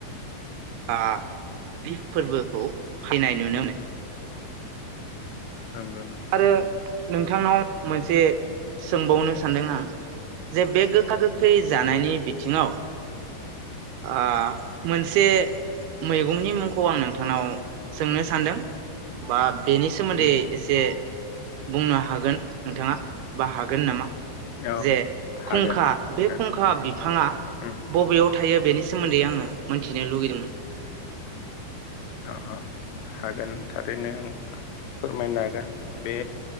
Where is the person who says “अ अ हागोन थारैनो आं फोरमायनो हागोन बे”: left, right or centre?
Left